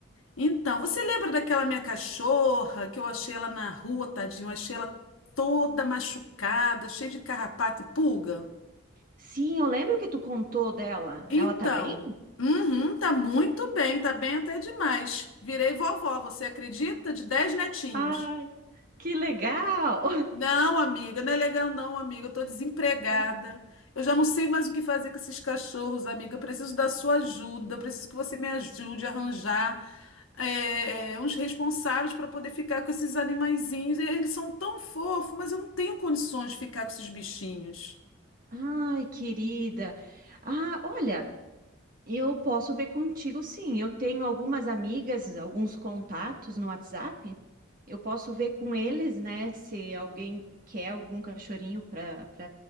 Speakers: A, on the left (about 85°); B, on the right (about 40°).
A: Então, você lembra daquela minha cachorra que eu achei ela na rua, tadinho? Eu achei ela toda machucada, cheia de carrapato e pulga?
B: Sim, eu lembro que tu contou dela.
A: Então,
B: Ela tá bem?
A: uhum, tá muito bem, tá bem até demais. Virei vovó, você acredita? De 10 netinhos.
B: Ai, que legal!
A: Não, amiga, não é legal não, amiga. Eu tô desempregada.
B: <laughs>
A: Eu já não sei mais o que fazer com esses cachorros, amiga. Eu preciso da sua ajuda. Eu preciso que você me ajude a arranjar é, é, uns responsáveis para poder ficar com esses animaizinhos. Eles são tão fofos, mas eu não tenho condições de ficar com esses bichinhos.
B: Ai, querida. Ah, olha. Eu posso ver contigo, sim. Eu tenho algumas amigas, alguns contatos no WhatsApp. Eu posso ver com eles, né, se alguém quer algum cachorrinho para